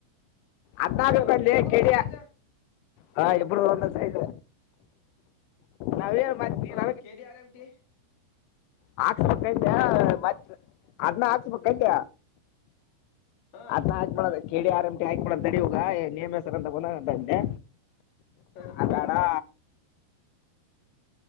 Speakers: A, on the left (about 80°); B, on the left (about 55°).
A: ಅದ್ನ ಹಾಕ್ಬೇಕ್ಲೆ
B: ಹ ಇಬ್ರದು
A: ಕೆಡಿಯ.
B: ಒಂದ ಸೈಜ
A: ಹಾ ಇಬ್ರುದು ಒಂದ ಸೈಜ್ ನಾವೇನ್ ಮತ್ ನೀನ್
B: ಹಾ ಕೆಡಿ ಆರ್ ಎಂ ಡಿ.
A: ಹಾಕ್ಸ್ಬೇಕಂತ ಮತ್ತ ಅದ್ನ ಹಾಕ್ಸ್ಬೇಕಂದೇ.
B: ಹ
A: ಅದ್ನ ಹಾಕಬ್ಯಾಡ ಅದ ಕೆಡಿ ಆರ್ ಎಂ ಡಿ ಹಾಕಿಬಿಡ ತಡಿವುಗಾ ನಿಯಮ ಹೆಸರ ಅಂತ ಗುಣ ಅಂತಂದೆ.
B: ಹ
A: ಅದ ಬ್ಯಾಡಾ.